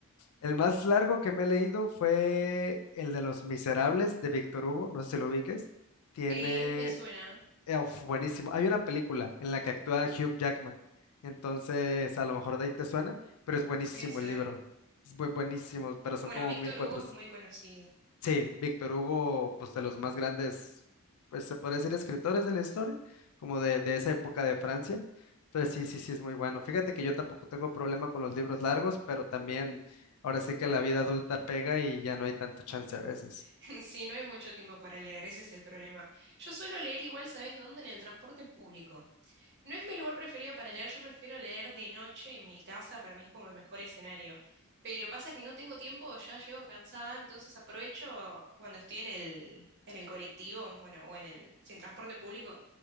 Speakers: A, on the left; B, on the right.
A: El más largo que me he leído fue el de Los Miserables de Víctor Hugo, no sé si lo ubiques. Tiene
B: Eh, me suena,
A: Eh, uf, buenísimo. Hay una película en la que actúa Hugh Jackman. Entonces, a lo mejor de ahí te suena, pero es buenísimo
B: puede ser.
A: el libro. Es muy buenísimo, pero son
B: Bueno,
A: como
B: Víctor
A: 1400.
B: Hugo es muy conocido.
A: Sí, Víctor Hugo, pues de los más grandes, pues se podría decir escritores de la historia, como de, de esa época de Francia. Entonces, sí, sí, sí, es muy bueno. Fíjate que yo tampoco tengo problema con los libros largos, pero también ahora sí que la vida adulta pega y ya no hay tanto chance a veces.
B: <laughs> Sí, no hay mucho tiempo para leer, ese es el problema. Yo suelo leer igual, ¿sabes dónde? En el transporte público. No es mi lugar preferido para leer, yo prefiero leer de noche en mi casa, para mí es como el mejor escenario. Pero pasa que no tengo tiempo, ya llego cansada, entonces aprovecho cuando estoy en el, en el colectivo, bueno, o en el, sin transporte público,